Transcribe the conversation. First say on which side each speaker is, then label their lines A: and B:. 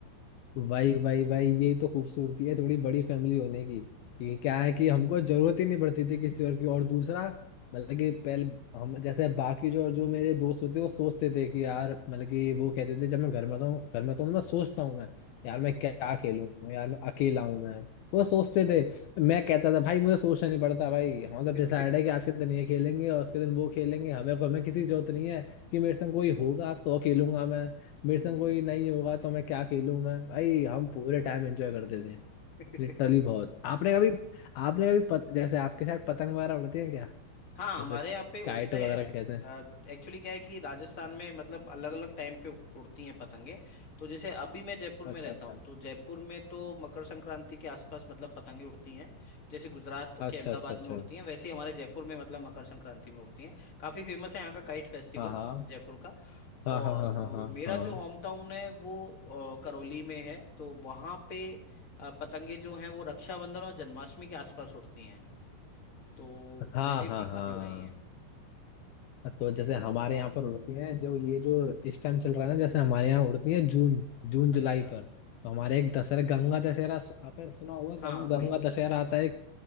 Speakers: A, on the left (about 75°); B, on the left (about 30°).
A: भाई भाई भाई ये तो खूबसूरती है थोड़ी बड़ी फैमिली होने की ये क्या है
B: बिल्कुल
A: कि हमको जरूरत ही नहीं पड़ती थी किसी और की और दूसरा मतलब कि पहले हम जैसे बाकी जो जो मेरे दोस्त होते वो सोचते थे कि यार मतलब कि वो कहते थे जब मैं घर में था घर में था तो मैं सोचता हूँ मैं यार मैं क्या खेलूं यार मैं अकेला हूँ मैं वो सोचते थे मैं कहता था भाई मुझे सोचना नहीं पड़ता भाई हम तो
B: <laughs>
A: डिसाइड है कि आज के दिन ये खेलेंगे और उसके दिन वो खेलेंगे हमें हमें किसी की जरूरत नहीं है कि मेरे संग कोई होगा तो खेलूंगा मैं मेरे
B: हम्म
A: संग कोई नहीं होगा तो मैं क्या खेलूं मैं भाई हम पूरे टाइम एंजॉय करते थे
B: <laughs>
A: लिटरली बहुत आपने कभी आपने कभी पत, जैसे आपके साथ पतंग वगैरह उड़ती है क्या
B: हाँ हमारे
A: जैसे
B: यहाँ पे उड़ते
A: काइट वगैरह
B: हैं
A: कहते हैं
B: एक्चुअली क्या है कि राजस्थान में मतलब अलग अलग टाइम पे उड़- उड़ती हैं पतंगे तो जैसे अभी मैं जयपुर
A: अच्छा
B: में रहता
A: अच्छा
B: हूँ तो जयपुर में तो मकर संक्रांति के आसपास मतलब पतंगे उड़ती हैं जैसे गुजरात
A: अच्छा
B: के अहमदाबाद
A: अच्छा अच्छा
B: में उड़ती हैं वैसे ही हमारे जयपुर में मतलब मकर संक्रांति में उड़ती हैं काफ़ी फेमस है यहाँ का काइट फेस्टिवल
A: हाँ हाँ
B: जयपुर का
A: हाँ
B: और
A: हाँ हाँ
B: वो
A: हाँ
B: मेरा
A: हाँ
B: जो होम टाउन है वो अ, करौली में है तो वहाँ पे अ, पतंगे जो हैं वो रक्षाबंधन और जन्माष्टमी के आसपास उड़ती हैं तो
A: हाँ
B: मैंने
A: हाँ
B: भी काफ़ी
A: हाँ
B: उड़ाई हैं
A: हाँ तो जैसे हमारे यहाँ पर उड़ती हैं जो ये जो इस टाइम चल रहा है ना जैसे हमारे यहाँ उड़ती हैं जून जून
B: अच्छा
A: जुलाई पर तो हमारे एक दशहरा गंगा दशहरा सु- आपने सुना होगा
B: हाँ
A: गं- गंगा
B: बिल्कुल
A: दशहरा आता है